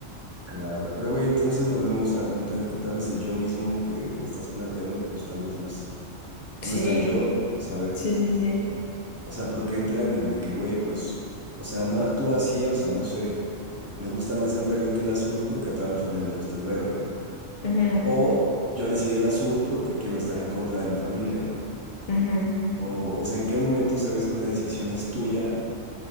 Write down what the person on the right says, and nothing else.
claro. Pero, güey, entonces volvemos al punto en el que tal vez el yo mismo que estás planteando, pues tal vez no es, no
es tan yo, ¿sabes?
O sea, porque entra en el de que, güey, pues, o sea, no actúa así, o sea, no sé, me gusta más el verde que el azul porque a toda mi familia le gusta el verde.
O yo decidí el azul porque quiero estar en contra de mi familia.
O, o sea, ¿en qué momento sabes que una decisión es tuya?